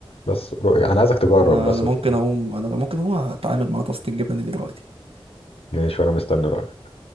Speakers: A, on the left; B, on the right.
A: بس رؤية انا عايزك تجرب
B: انا
A: بس
B: انا ممكن
A: وتقول لي.
B: اقوم انا ممكن اقوم اتعامل مع طاسة الجبنة دي دلوقتي
A: ماشي وانا مستني رأيك